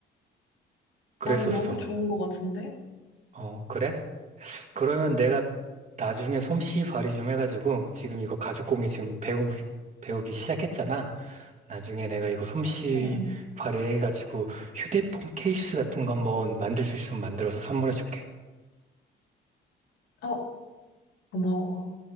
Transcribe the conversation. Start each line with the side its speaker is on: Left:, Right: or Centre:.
Right: 그랬었어.
Left: 나는 너무 좋은 것 같은데?
Right: 어, 그래? 그러면 내가 나중에 솜씨 발휘 좀 해가지고 지금 이거 가죽공예 지금 배우기 배우기 시작했잖아. 나중에 내가 이거 솜씨
Left: 응, 응.
Right: 발휘해가지고 휴대폰 케이스 같은 거 한번 만들 수 있으면 만들어서 선물해줄게.
Left: 어, 고마워.